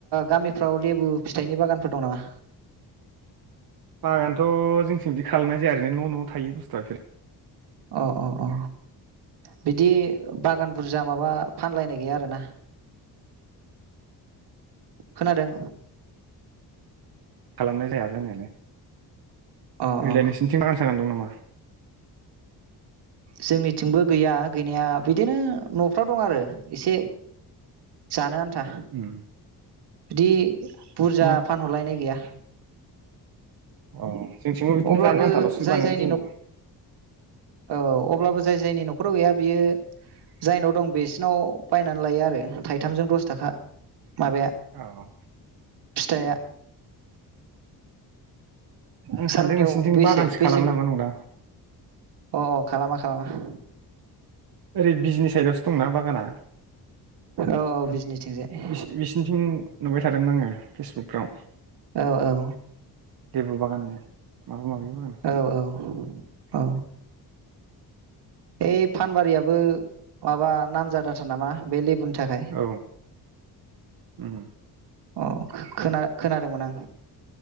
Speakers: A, on the right (about 80°); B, on the right (about 60°).
A: गामिफ्राव लेबु फिथाइनि बागानफोर दं नामा?
B: बागानथ' जोंथिं बिदि खालामनाय जाया रैनो न' न'आव थायो बुस्थुआ बेफोर
A: अ अ अ बिदि बागान बुरजा माबा फानलायनाय गैया आरोना? खोनादों।
B: खालामनाय जाया जानायालाय
A: अ
B: ओरैलाय
A: अ
B: नोंसिनिथिं रानसानानै दं नामा। <inaudible>
A: जोंनिथिंबो गैया गैनाया बिदिनो न'फ्राव दं आरो एसे जानो आन था।
B: उम
A: बिदि बुरजा
B: जोंना
A: फानहरलायनाय गैया।
B: औ। जोंथिंबो बिदिनो
A: अब्लाबो
B: जानो आन्थाल'सो
A: जाय
B: बानायनाय
A: जायनि
B: जायो
A: न'ख औ। अब्लाबो जाय जायनि न'खराव गैया बियो जायनाव दं बेसिनाव बायनानै लायो आरो थाइथामजों दस थाखा। माबाया
B: औ
A: फिथाइया
B: आं आं
A: सारमोननियाव
B: सानदों नोंसिनिथिं
A: बेसे
B: बागानसो
A: बेसे
B: खालामो नामा नंदां।
A: अ खालामा अ
B: ओरै बिजनि साइदआवसो दंना बागाना।
A: औ बिजनिथिंजाय
B: बिसि बिसिनिथिं नुबाय थादोंमोन आङो फेसबुकफ्राव।
A: औ औ
B: लेबु बागाननि माबा माबि बागान
A: औ औ औ ओइ फानबारियाबो माबा नामजादाथार नामा बे लेबुन थाखाय
B: औ उम
A: अ' खोना खोनादोंमोन आं